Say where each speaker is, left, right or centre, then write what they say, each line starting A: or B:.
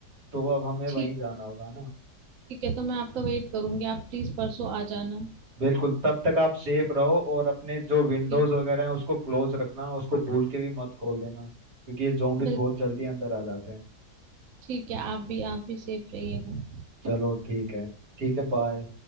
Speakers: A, on the right; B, on the right.
A: तो अब हमें वहीं
B: ठीक
A: जाना होगा
B: ठीक है तो मैं आपका वेट करूंगी आप प्लीज परसों आ जाना
A: बिल्कुल तब तक आप सेफ रहो और अपने जो विंडोज
B: ठीक
A: वगैरह हैं उसको क्लोज रखना उसको भूल के भी मत खोल देना क्योंकि ये zombies
B: बिल्कुल
A: बहुत जल्दी अंदर आ जाते हैं
B: ठीक है आप भी आप भी सेफ रहिएगा
A: चलो ठीक है ठीक है बाय